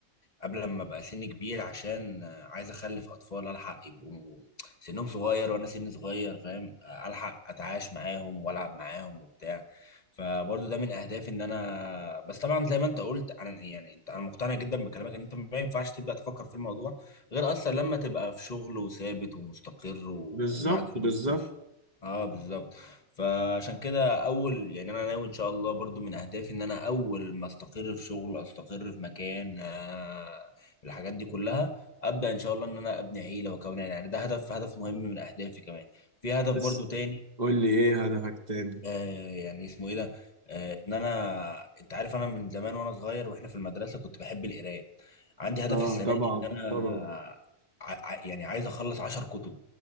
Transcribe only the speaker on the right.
بالظبط
بالظبط
بس
قول لي ايه هدفك تاني
اه
طبعا
طبعا